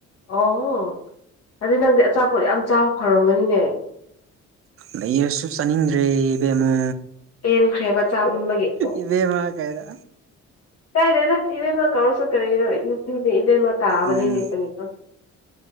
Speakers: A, on the left; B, on the right.
A: ꯑꯣ ꯑꯗꯨ ꯅꯪꯗꯤ ꯑꯆꯥꯄꯣꯠ ꯌꯥꯝ ꯆꯥꯕ ꯐꯪꯉꯝꯒꯅꯤꯅꯦ
B: ꯂꯩꯔꯁꯨ ꯆꯥꯅꯤꯡꯗ꯭ꯔꯦ ꯏꯕꯦꯝꯃꯣ
A: ꯄꯦꯟꯈ꯭ꯔꯦꯕ ꯆꯥꯃ ꯑꯃꯒꯤꯒꯤ
B: ꯏꯕꯦꯝꯃ ꯀꯩꯗ
A: ꯀꯥꯏꯗꯣꯏꯗ ꯏꯕꯦꯝ ꯃꯥ ꯀꯧꯁꯨ ꯀꯔꯤꯔꯣ ꯏꯕꯦꯝꯃꯥ ꯇꯥꯕꯅꯤꯅꯦ
B: ꯎꯝ
A: ꯀꯔꯤꯗꯣ